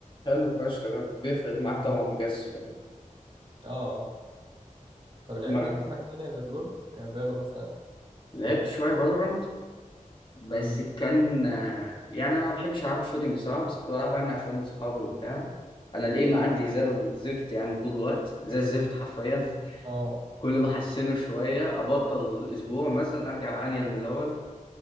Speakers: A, on the left; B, on the right.
A: حلو فشخ ده بيفرق معاك
B: امم
A: طبعا جس يعني
B: اه طب لعبت
A: ما
B: انت حاجة تانية غير لول يعني فالو مثلا
A: لعبت شوية فالورانت بس
B: امم
A: كان آه، يعني انا ما بحبش العب الشوتينج صراحه بس كنت بلعبها يعني عشان صحابي وبتاع انا الايم عندي زي الزفت يعني طول الوقت زي الزفت حرفيا <laughs>
B: اه
A: كل ما احسنه شويه ابطل اسبوع مثلا ارجع انيل من الاول